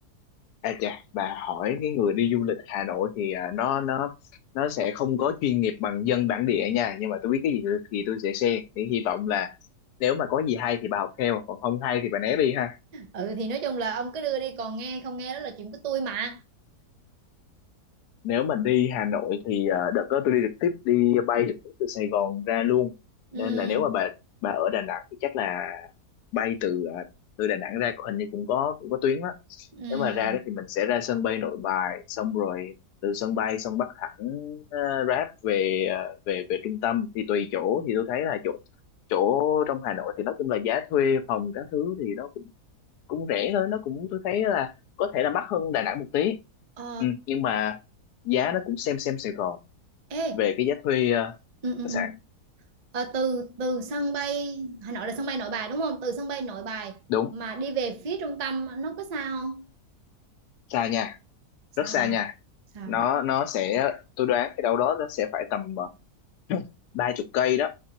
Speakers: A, on the left (about 80°); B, on the right (about 50°).
A: à chà bà hỏi cái người đi du lịch Hà Nội thì à, nó nó nó sẽ không có chuyên nghiệp bằng dân bản địa nha nhưng mà tôi biết cái gì thì tôi sẽ share thì hy vọng là nếu mà có gì hay thì bà học theo còn không hay thì bà né đi ha
B: Ừ thì nói chung là ông cứ đưa đi còn nghe không nghe đó là chuyện của tôi mà.
A: nếu mà đi Hà Nội thì ờ, đợt đó tôi đi trực tiếp đi bay trực tiếp từ Sài Gòn ra luôn
B: Ừ
A: nên là nếu mà bà bà ở Đà Nẵng thì chắc là bay từ ờ, từ Đà Nẵng ra hình như cũng có cũng có tuyến đó
B: ừ.
A: nếu mà ra đó thì mình sẽ ra sân bay Nội Bài xong rồi từ sân bay xong bắt thẳng ờ, Grab về ờ, về về trung tâm thì tùy chỗ thì tôi thấy là chỗ chỗ trong Hà Nội thì nói chung là giá thuê phòng các thứ thì nó cũng cũng rẻ thôi nó cũng tôi thấy là có thể là mắc hơn Đà Nẵng một tí
B: Ờ
A: ừ, nhưng mà giá nó cũng xem xem Sài Gòn
B: ê
A: về cái giá thuê ờ,
B: ừ ừ
A: khách
B: ừ.
A: sạn
B: Ờ, từ từ sân bay Hà Nội là sân bay Nội Bài đúng không? Từ sân bay Nội Bài
A: đúng
B: mà đi về phía trung tâm nó có xa không?
A: xa nha
B: Xa
A: rất xa
B: hả?
A: nha
B: Sao?
A: nó nó sẽ tôi đoán cái đâu đó nó sẽ phải tầm ờ, <clears throat> ba chục cây đó